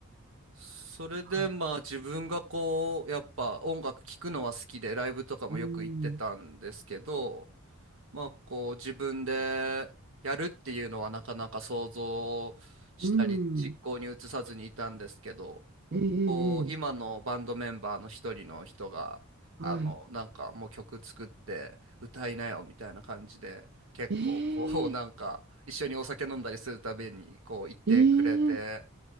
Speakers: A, on the right; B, on the right.
A: それでまあ自分がこうやっぱ音楽聴くのは好きでライブとかもよく行ってたんですけど
B: はい。うん。
A: まあこう自分でやるっていうのはなかなか想像したり実行に移さずにいたんですけど
B: うん。ええええ
A: こう今のバンドメンバーの一人の人があのなんかもう曲作って歌いなよみたいな感じで結構こうなんか一緒にお酒飲んだりするたびにこう言ってくれて
B: はい。ええええ